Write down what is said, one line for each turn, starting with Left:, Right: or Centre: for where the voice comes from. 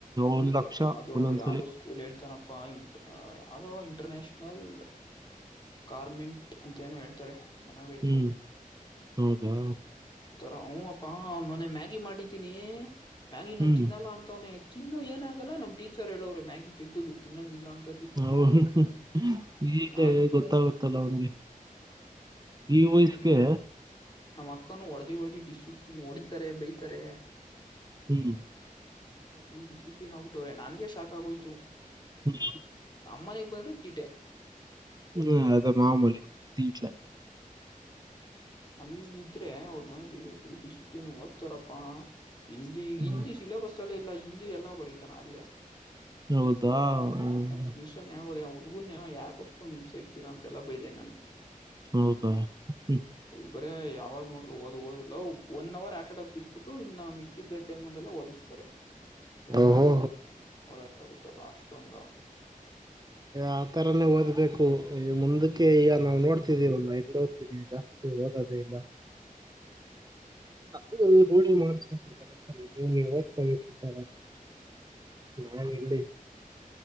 Right: ಒಂದ್
Left: ಈ
Right: ಲಕ್ಷ
Left: ಅದ್ ಯಾವ್ದೋ
Right: ಒಂದೊಂದ್ಸಲಿ
Left: ಯಾವ್ದೋ ಸ್ಕೂಲ್ ಹೇಳ್ತಾನಪ್ಪಾ ಇಂಟು ಅ ಯಾವವುದೋ ಇಂಟರ್ನ್ಯಾಷನಲ್ ಕಾರಾರ್ಮೆಂಟ್ ಅಂತ ಏನು ಹೇಳ್ತಾರೆ ಚನ್ನಾಗಯತೆ
Right: ಹ್ಮ್ ಹೌದಾ
Left: ರ ಹ್ ಅಪ್ಪಾ ಮನೆ ಮ್ಯಾಗಿ ಮಾಡಿದ್ದೀನಿ ಮ್ಯಾಗಿಿ ನಾನ್
Right: ಹ್ಮ್
Left: ತಿನ್ನಲ್ಲ ಅಂತವನ ತಿನ್ನು ಏನಾಗಲ್ಲ ನಮ್ಮ ಟೀಚರ್ ಹೇಳೋವೆ ಮ್ಯಾಗಿ ಕೆಟ್ಟದು ತಿನ್ನಂಗಿಲ್ಲ ಅ
Right: ಹೌದ ಈಗ
Left: ನನ್ಗೆ
Right: ಗೊತ್ತಾಗುತ್ತಲ್ಲ ಅವನ್ಗೆ ಇ ವಯಸ್ಕಗೆ
Left: ನಮ್ಮ್ ಅಕ್ಕನು ಹೊಡದಿ ಹೊಡದಿ ಡಿಸಿಪ್ಲಿನ್ ಹೊಡಿತಾರೆ ಬೈತಾರೆ
Right: ಹ್ಮ್
Left: ಎಲ್ಲ ಫುಲ್ ಡಿಸಿಪ್ಲಿನ್ ಆಗ್ಬಿಟ್ಟವ್ರೆ ನನ್ಗೆ ಶಾಕ್ ಆಗೋಯ್ತು
Right: ಹ್ಮ್
Left: ನಮ್ಮ ಮನೆಗೆ ಬಂದ್ರೆ‌ ತೀಟೆ
Right: ಹ್ಮ್ ಅದು ಮಾಮೂಲಿ ತೀಟ್ಲೇ
Left: ಅಲ್ಲಿದ್ರೆ ಅವ್ರ ಮನೇಲಿ ಫುಲ್ ಡಿಸಿಪ್ಲಿನ್ ಓದ್ತಾರಪ್ಪಾ ಹಿಂದಿ ಹಿಂದಿ
Right: ಹ್ಮ್
Left: ಸಿಿಬಸ್ ಅಲ್ಲ ಇಲ್ಲ ಹಿಂದಿ ಎಲ್ಲ ಕೊರಿತ ಚೆನ್ನಾಗ್ ನ
Right: ಹೌದಾ ಹ್ಮ್
Left: ಟೆನ್ಷನ್ ಹುದಊ ಮಗುನ ಯಾಕಷ್ಟೂಂದ ಹಿಮ್ಸೆಗ್ತೀರಾ ಅಂತೆಲ್ಲ ಬೈದೆ ನಾನು
Right: ಹೌದಾ ಹ್ಮ
Left: ಬರೇ ಯಾವಾಗ್ ನೋಡಿದ್ದರು ಓದು ಓದು ಲೂ ಒನ್ ಅವರ್ ಆಟ ಇಡುಕ್ಕಿ ಬಿಟ್ಬಿಟ್ಟು ಇನ್ನ ಮಿಕ್ಕಿದ್ದ ಟೈಮ್ಲ ಎಲ್ಲ ಓದಿಸ್ತಾರೆ ಯಾರ
Right: ಓಹೋ
Left: ತಾನೆ ಓದಕಾಗುತ್ತಲ್ಲ ಅಷ್ಟ ಷ್ಟೊಂದ
Right: ಆತರಾನೇ ಓದ್ಬೇಕು ಈ ಮುಂದಕ್ಕೆ ಈಗ ನಾವು ನೋಡ್ತಿದೀವಮ್ಮ ಎಲ್ಲಿ ಓದ್ತೀವಿ ಈಗ ಓದದೆ ಇಲ್ಲ ಅದು ರೂಢಿ ಮಾಡಸಬೇಕು ಕರೇಕ್ಟ ಆಗಿ ನೀವು ನೀವು ಓದಕಿಂತ ಹಾ ಇಲ್ಲಿ